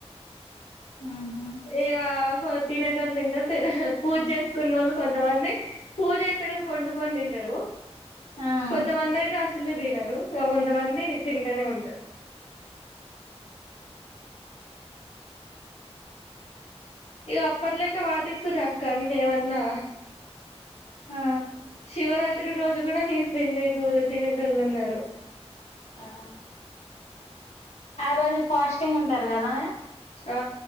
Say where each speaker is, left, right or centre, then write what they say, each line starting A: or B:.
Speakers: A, on the left; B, on the left.
A: ఆహా
B: ఇగ కొ తినేటోళ్ళు తింటరు తినే పూజ జేసుకున్న వోళ్ళు కొంతమంది పూజ త్సరం వండుకొని తింటరు
A: ఆ
B: కొంతమంది అయితే అస్సలే దినరు ఒ కొంతమంది తింటనే ఉంటారు ఇగ అప్పట్లేక పాటిస్తురక్క అన్ని ఏవన్నా
A: ఆ
B: శివరాత్రి రోజు కూడా నీసు తినేరోజు తినేటోళ్ళు ఉన్నారు
A: ఆ ఆ రోజు ఫాస్టింగ్ ఉంటారు కదా
B: ఆ